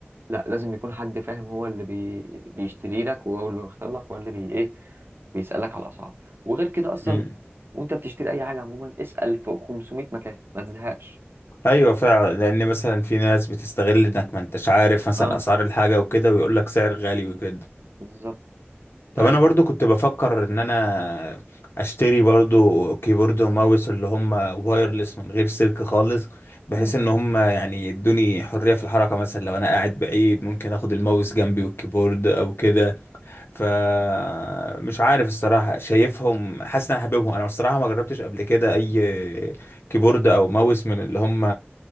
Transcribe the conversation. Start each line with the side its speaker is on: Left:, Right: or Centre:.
Right: لا لازم يكون حد فاهم هو اللي بي... بيشتري لك وهو اللي بيختار لك وهو اللي بي... ايه بيسألك على الأسعار وغير كده أصلا
Left: امم
Right: وأنت بتشتري أي حاجة عموما اسأل في 500 مكان ما تزهقش
Left: ايوه فعلا لان مثلا في ناس بتستغل انك ما انتش عارف مثلا
Right: اه
Left: اسعار الحاجه وكده ويقول لك سعر غالي وكده
Right: بالظبط
Left: طب
Right: فلا
Left: انا برضو كنت بفكر ان انا اشتري برضو كيبورد وماوس اللي هم وايرلس من غير سلك خالص بحيث
Right: مم.
Left: ان هم يعني يدوني حرية في الحركة مثلا لو انا قاعد بعيد ممكن اخد الماوس جنبي والكيبورد او كده فمش عارف الصراحة شايفهم حاسس ان انا حاببهم انا الصراحة ما جربتش قبل كده اي كيبورد او ماوس من اللي هم